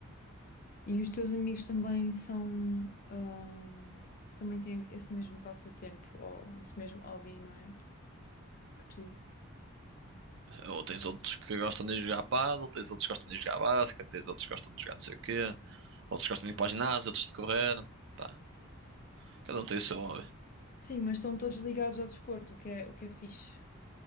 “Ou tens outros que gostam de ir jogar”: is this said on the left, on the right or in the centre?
Right